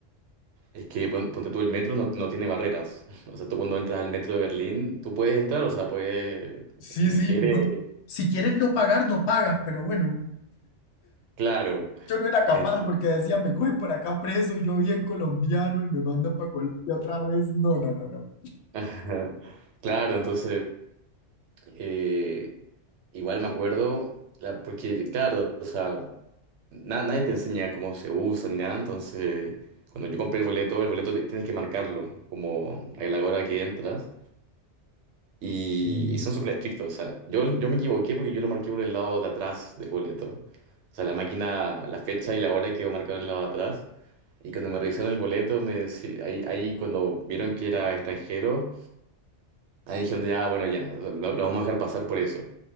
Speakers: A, on the right; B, on the left.
A: es que, pon- ponte tú, el metro no, no tiene barreras. <laughs> O sea, tú cuando entras al metro de Berlín, tú puedes entrar, o sea, puedes,
B: Sí,
A: y si
B: sí,
A: quieres,
B: no- si quieres no pagar, no pagas, pero bueno,
A: claro.
B: Yo no era capaz
A: Ent-
B: porque decían, me cogen por acá preso, yo bien colombiano y me mandan para Colombia otra vez. No, no, no, no.
A: <laughs> Claro, entonces, eh, igual me acuerdo, la- porque, claro, o sea... na- nadie te enseña cómo se usa ni nada, entonces cuando yo compré el boleto, el boleto te- tienes que marcarlo como a la hora que entras y,
B: Mm.
A: y son súper estrictos, o sea, yo, yo me equivoqué porque yo lo marqué por el lado de atrás del boleto, o sea, la máquina, la fecha y la hora quedó marcada en el lado de atrás y cuando me revisaron el boleto, me deci- ahí, ahí cuando vieron que era extranjero, ahí dijeron ya, bueno, ya, lo, lo vamos a dejar pasar por eso.